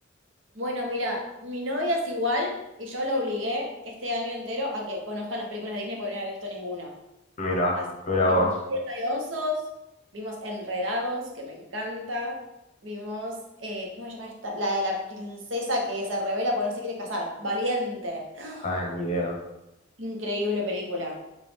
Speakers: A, on the right; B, on the left.
A: Bueno, mira, mi novia es igual y yo la obligué este año entero a que conozca las películas de Disney porque no había visto ninguna.
B: Mira,
A: Así
B: mira
A: que
B: vos.
A: vimos Tierra de Osos, vimos Enredados, que me encanta, vimos, eh, ¿cómo se llama esta? La de la princesa que se revela porque no se quiere casar, Valiente. <gasps>
B: Ah, ni idea.
A: Increíble película.